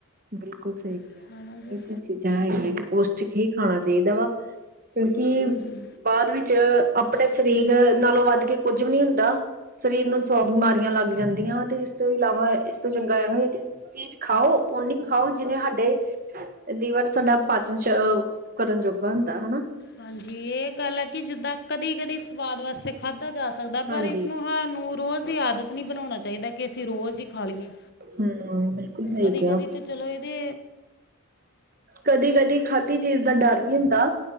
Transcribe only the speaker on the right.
ਬਿਲਕੁਲ ਸਹੀ ਕਿਹਾ
ਏਹ ਤੇ ਚੀਜ਼ਾਂ ਹੈਗੀਆ ਪੋਸ਼ਟਿਕ ਹੀ ਖਾਣਾ ਚਾਹੀਦਾ ਵਾ ਕਿਉਂਕਿ
ਬਾਅਦ ਵਿੱਚ ਆਪਣੇ ਸਰੀਰ ਨਾਲੋਂ ਵੱਧ ਕੇ ਕੁੱਝ ਵੀ ਨੀ ਹੁੰਦਾ। ਸਰੀਰ ਨੂੰ ਸੌ ਬਿਮਾਰੀਆਂ ਲੱਗ ਜਾਂਦੀਆਂ ਤੇ ਏਸ ਤੋਂ ਇਲਾਵਾ ਏਸ ਤੋਂ ਚੰਗਾ ਇਹੋ ਹੀ ਆ ਕਿ ਚੀਜ਼ ਖਾਓ ਓਨੀ ਹੀ ਖਾਓ ਜਿਨੇ ਹਾਡੇ ਲੀਵਰ, ਸਾਡਾ ਪਾਚਨ ਚ ਅ ਕਰਨ ਜੋਗਾ ਹੁੰਦਾ ਹਨਾ।
ਹਾਂਜੀ
ਹਮਮ ਬਿਲਕੁਲ ਸਹੀ
ਕਿਹਾ
ਕਦੀ-ਕਦੀ ਖਾਦੀ ਚੀਜ਼ ਦਾ ਡਰ ਨੀ ਹੁੰਦਾ।